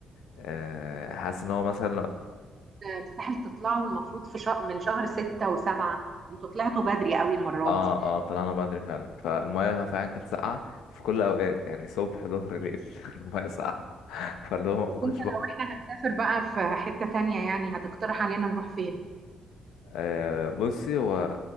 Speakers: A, on the left; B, on the right.
A: آه، حاسس إن هو مثلا لو-
B: مستحيل تطلعوا المفروض في شهر من شهر ستة وسبعة انتوا طلعتوا بدري قوي المرة
A: اه
B: دي
A: اه طلعنا بدري فعلا فالمايه فعلا كانت ساقعة في كل الأوقات يعني صبح ظهر ليل <laughs> المايه ساقعة فاللي هو ما
B: بس
A: كنتش
B: انت لو احنا هنسافر بقى في حتة تانية يعني هتقترح علينا نروح فين؟
A: آه، بصي هو